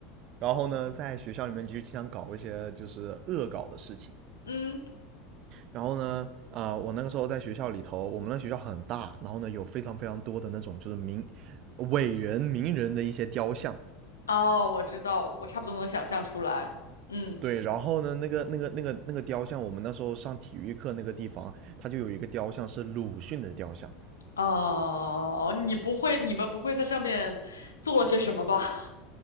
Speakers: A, on the right; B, on the left.
A: 然后呢，在学校里面就经常搞一些就是恶搞的事情。
B: 嗯，
A: 然后呢，啊、呃我那个时候在学校里头，我们那学校很大，然后呢有非常非常多的那种就是名伟人、名人的一些雕像。
B: 哦，我知道，我差不多能想象出来，嗯，
A: 对，然后呢，那个、那个、那个、那个雕像，我们那时候上体育课那个地方，它就有一个雕像是鲁迅的雕像，
B: 哦，你不会，你们不会在上面做了些什么吧？<laughs>